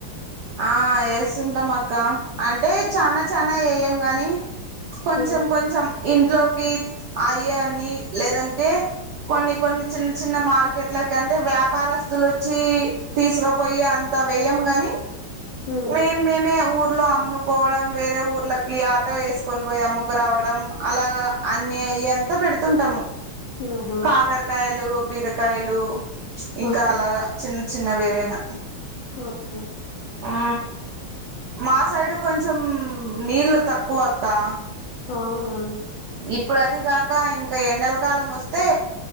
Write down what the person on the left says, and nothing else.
హ్మ్.
హ్మ్.
ఆహా!
ఓకే.
ఓకే
అవునా